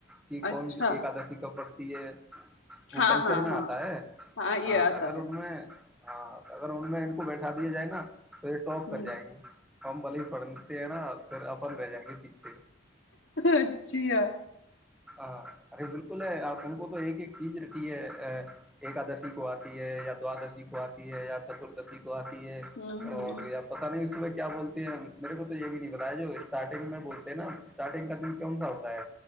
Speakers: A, in the centre; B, on the left (about 65°).
A: کہ کون
B: اچھا
A: سی ایکادشی ک پڑتی ہے وہ
B: ہاں
A: کلچر
B: ہاں
A: میں
B: ہاں
A: آتا ہے
B: ہاں یہ
A: اگر
B: آتا ہے
A: ان میں ہاں اگر ان میں ان کو بیٹھا دیا جائے نا تو یہ ٹاپ
B: ہ
A: کر جائیں گے فم وال ہی پڑ ہے نا پھر آپ رہ جائیں گے پیچے
B: اچھا
A: ہاں ارے بالکل ہے آپ ان کو تو ایک ایک چیز رہتی ہے ا ایکادشی کو آتی ہے یا دوادشی کو آتی ہے یا چتردشی کو آتی ہے
B: ہ
A: اور آ پتا نہیں اس صبح کیا بولتے ہیں میرے کو تو یہ بھی نہیں بتا ہے جو اسٹارٹنگ میں بولتے ہیں نا اسٹارٹنگ کا دن کون س ہوتا ہے